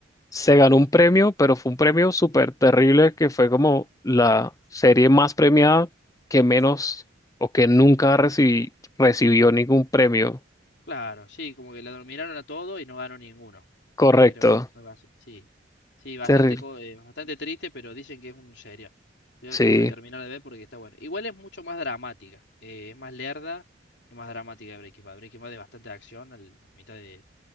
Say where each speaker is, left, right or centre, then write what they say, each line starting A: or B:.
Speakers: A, on the left (about 20°); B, on the left (about 65°).
A: se ganó un premio, pero fue un premio súper terrible que fue como la serie más premiada que menos o que nunca recibí- recibió ningún premio.
B: Claro, sí, como que la dominaron a todo y no ganó ninguno.
A: Correcto.
B: Sí, creo, algo así. Sí, sí, bastante,
A: Terrible.
B: co- eh, bastante triste, pero dicen que es un serial. Yo
A: Sí,
B: lo tengo que terminar de ver porque está bueno. Igual es mucho más dramática, eh, es más lerda y más dramática de Breaking Bad. Breaking Bad es bastante acción al- a mitad de,